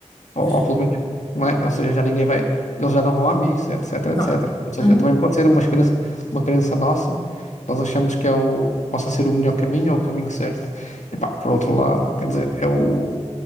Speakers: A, on the left; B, on the left.
A: Ou,
B: Pois
A: ou pelo menos, não é? Ou seja, já ninguém vai, eles já não vão à missa, etc, etc.
B: Não.
A: Ou seja,
B: Não. Uhum.
A: também pode ser uma crença, uma crença nossa, nós achamos que é o, possa ser o melhor caminho ou o caminho certo. E pá, por outro lado, quer dizer, é o,